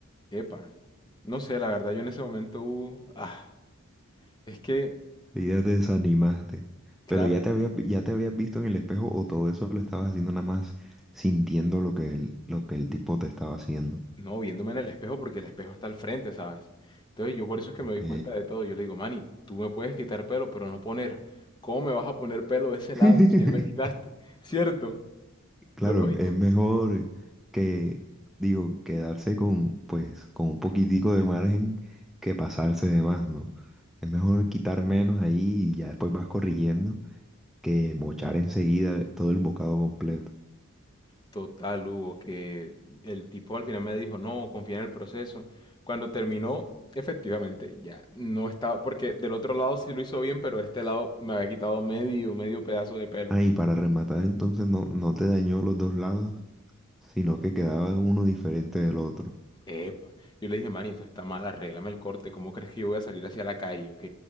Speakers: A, on the left (about 20°); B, in the centre.
A: epa, no sé, la verdad, yo en ese momento, Hugo, ah, es que,
B: Y ya te desanimaste.
A: claro.
B: Pero ya te habías, vi- ya te habías visto en el espejo o todo eso lo estabas haciendo nada más sintiendo lo que el, lo que el tipo te estaba haciendo.
A: No, viéndome en el espejo porque el espejo está al frente, ¿sabes? Entonces yo por eso es que me
B: Ok.
A: doy cuenta de todo. Yo le digo, Manny, tú me puedes quitar pelo, pero no poner. ¿Cómo me vas a poner pelo de ese
B: <laughs>
A: lado si ya me quitaste? <laughs> ¿Cierto?
B: Claro,
A: Lo lógico.
B: es mejor que, digo, quedarse con, pues, con un poquitico de margen que pasarse de más, ¿no? Es mejor quitar menos ahí y ya después vas corrigiendo que mochar enseguida todo el bocado completo.
A: Total, Hugo, que el tipo al final me dijo, no, confía en el proceso. Cuando terminó, efectivamente, ya no estaba, porque del otro lado sí lo hizo bien, pero de este lado me había quitado medio, medio pedazo de pelo.
B: Ah, y para rematar entonces no, no te dañó los dos lados, sino que quedaba uno diferente del otro.
A: Epa. Yo le dije, Manny, esto está mal, arréglame el corte. ¿Cómo crees que yo voy a salir hacia la calle, ok?